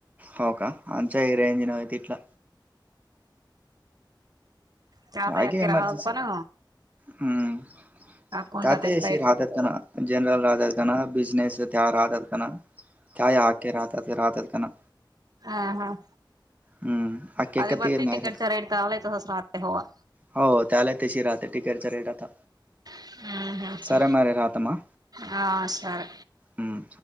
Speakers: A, on the right (about 20°); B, on the right (about 50°).
A: हो का? आमचा एरीया <unintelligible> नाही तिथला.
B: त्या
A: आहे
B: तर याके
A: एक इमर्जसी
B: राहत पण
A: हम्म..
B: कोण
A: त्यात
B: जाते
A: एसी
B: फ्लाईट
A: राहते, त्यांना जनरल राहते त्यांना, बिझनेस त्या राहतेल त्यांना. काय? आके रात्र राहतेत का? ना.
B: हां हां..
A: हम्म.. अख्खे
B: आज,
A: एक
B: बघती
A: तीर नाही
B: तिकीटच्या
A: राहत
B: रेट चांगलयं तसंच राहते होवा.
A: हो. त्याला तशी राहते, टिकेटचा रेट आता.
B: हम्म हम्म
A: सरे मर राहतामा
B: हा सर
A: हम्म.